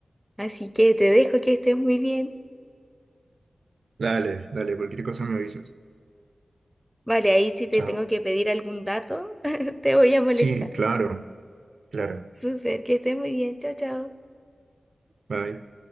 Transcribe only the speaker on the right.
Dale, dale, cualquier cosa me avisas.
Chao.
Sí, claro, claro.
Bye.